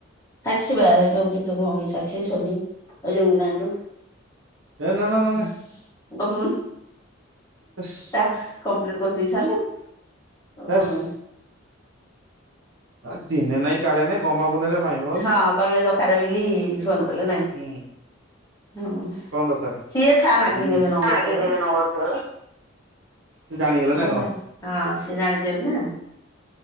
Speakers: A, on the left (about 15°); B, on the right (about 75°).
A: ସାକ୍ଷ୍ସୀ ବା ଯୋଉ, ଯିତୁ ଭଉଣୀ ସାକ୍ଷ୍ସୀ, ସୋନି ଏ ଯଉ ନାଣ୍ଡୁ।
B: ଏ ନା ନା ନା
A: ହୁଁ,
B: ନା
A: ଗପିବୁନ୍
B: ହେସ୍
A: ଟାକ୍ସ କଂପ୍ଲିଟ୍। କରି ଦେଇଥାନ୍ତୁ, ତୋର
B: ହେସ୍।
A: କଣ ଅଛି?
B: ଆ ଦିନେ ନାଇଁ, କାଳେ ନାଇଁ, ଗହ୍ମା ପୁନେଇରେ ମାଇଁ।
A: ହଁ, କହିବେ ଦକାରେ, ବିଲି ଫୋନ୍ କଲେ ନାଇଁ।
B: ହୁଁ
A: ହଁ
B: କଣ ଦକାରେ?
A: ସିଏ
B: ଉଁ
A: ଛା ମାଗିକି ନେବେ
B: ସ,
A: ନମ୍ବର
B: ଏ ମାଗିକି
A: ତୋର
B: ନେବେ ନମ୍ବର ତୋର। ସେ ଜାଣିଗଲେ
A: ସିଏ
B: ନା କଁ?
A: ମା ହଁ, ସେ ଜାଣିଚନି ନା,